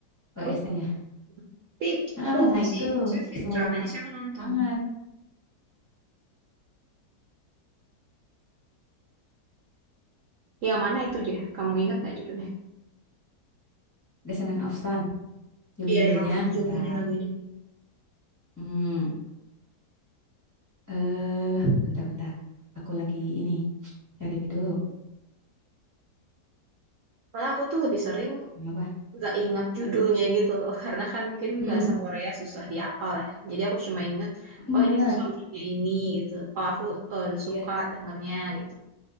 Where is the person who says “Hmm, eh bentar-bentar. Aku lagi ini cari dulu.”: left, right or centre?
Left